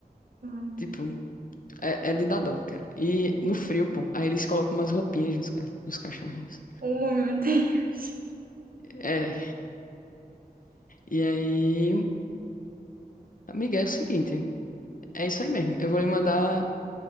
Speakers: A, on the right; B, on the left.
A: Hum.
B: Tipo, é, é de dar dó, cara. E no frio, pô. Aí eles colocam umas roupinhas nos, ca- nos cachorrinhos.
A: Oh, meu Deus.
B: É. E aí, amiga, é o seguinte. É isso aí mesmo. Eu vou lhe mandar